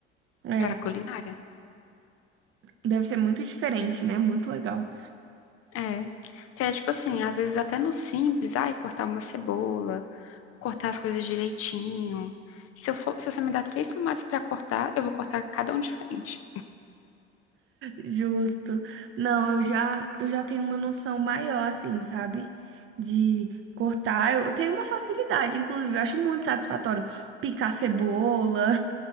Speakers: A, on the right; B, on the left.
A: É.
B: para culinária.
A: Deve ser muito diferente, né? Muito legal.
B: É, que é tipo assim, às vezes até no simples, ai, cortar uma cebola, cortar as coisas direitinho. Se eu for, se você me dar três tomates pra cortar, eu vou cortar cada um diferente.
A: Justo. Não, eu já, eu já tenho uma noção maior, assim, sabe? De cortar. Eu, eu tenho uma facilidade, inclusive. Eu acho muito satisfatório picar cebola.